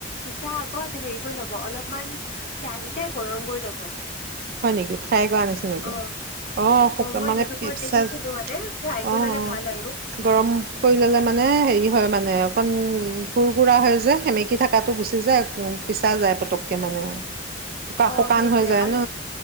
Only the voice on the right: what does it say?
হয় নেকি? ফ্ৰাই কৰা আনিছো নেকি?
অ' শুকান
মানে
পিচ
চাইজ
অ, অ'
গৰম কৰি ল'লে মানে হেৰি হয় মানে। অকণ কুৰ কুৰা হয় যে সেমেকি থাকাটো গুচি যায় পিছা যায় পতককে মানে আৰু। শুকা শুকান
হৈ যায়
ন'।